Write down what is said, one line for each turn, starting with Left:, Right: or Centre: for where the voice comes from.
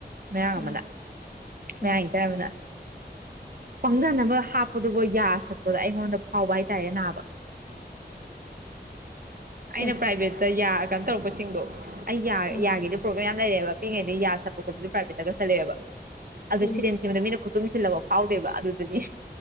Right: ꯃꯌꯥꯝ
Left: ꯑꯥ
Right: ꯑꯃꯅ ꯃ
Left: ꯑꯥ
Right: ꯏꯗꯕꯅ ꯄꯪꯊꯅꯕ ꯍꯥꯞꯄꯗꯨꯕꯨ ꯌꯥ ꯁꯛꯄꯗꯣ ꯑꯩꯉꯣꯟꯗ ꯐꯥꯎꯕ ꯍꯥꯏꯇꯥꯔꯦ ꯅꯥꯕ ꯑꯩꯅ
Left: ꯑꯦ
Right: ꯄ꯭ꯔꯥꯏꯚꯦꯠꯇ ꯌꯥ ꯀꯩꯅꯣ ꯇꯧꯔꯛꯄꯁꯤꯡꯗꯣ ꯑꯩ ꯌꯥ
Left: ꯎꯝ
Right: ꯌꯥꯒꯦꯗ꯭ꯔꯣ ꯌꯥꯝ ꯂꯩꯔꯦꯕ ꯄꯛꯉꯩꯗꯤ ꯌꯥꯠꯄ ꯈꯣꯄꯗꯨꯄꯥꯏꯐꯠꯇꯒꯜꯂꯛꯑꯦꯕ ꯑꯗꯨꯗ
Left: ꯎꯝ
Right: ꯁꯤꯔꯤꯦꯟꯗ ꯃꯤꯅ ꯀ ꯇꯨꯡꯁꯤꯜꯂꯕ ꯐꯥꯎꯗꯦꯕ ꯑꯗꯨꯗꯗꯤ